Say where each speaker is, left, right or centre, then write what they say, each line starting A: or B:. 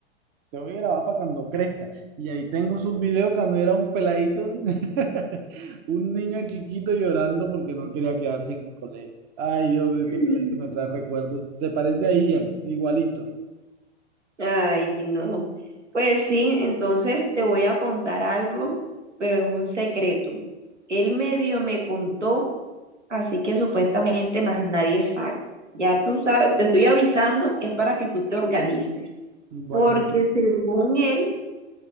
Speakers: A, on the right (about 25°); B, on the right (about 85°).
A: te voy a grabar para cuando crezca. Y ahí tengo sus videos cuando era un peladito, <laughs> un niño chiquito llorando porque no quería quedarse en el colegio. Ay, hombre,
B: <laughs>
A: este peladito me trae recuerdos. ¿Te parece a Ian? Igualito.
B: Ay, no. Pues sí, entonces te voy a contar algo, pero es un secreto. Él medio me contó, así que supuestamente más nadie sabe. Ya tú sabes, te estoy avisando, es para que tú te organices,
A: Bueno,
B: porque según él